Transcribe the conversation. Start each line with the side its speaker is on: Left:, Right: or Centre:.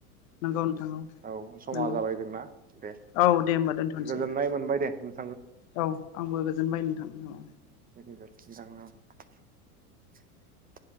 Left: नोंगौ नोंथां औ
Right: औ समा
Left: नंगौ
Right: जाबाय जोंना दे
Left: औ दे होमबा दोनथ'नोसै
Right: गोजोननाय मोनबाय दे उम
Left: औ आंबो गोजोनबाय नोंथां औ
Right: <unintelligible>